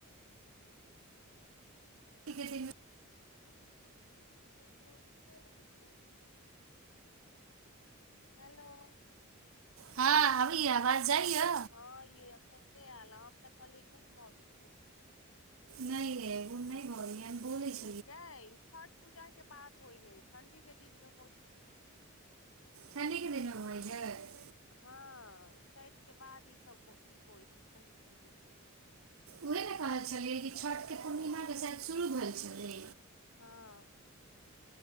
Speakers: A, on the right; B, on the left.
A: <inaudible>
B: <inaudible> हेलो
A: हँ आबै आवाज जाइए
B: हँ य अखनते ऐल है हम त कहलिए गुंबो भ गेलिए
A: नहि ए गुंब न भेलिए बोले छी
B: ये छठ पूजा के बाद होइ हे ठंडी के दिन मे होइ ह
A: तनीक दिन मे <unintelligible>
B: हँ छठ बाद ईसभ हो ई होइ ह ठण्डीके दिनमे
A: उएहे ने कहल छलियै कि छठ के पूर्णिमा के शयद शुरू भेल छलै
B: हँ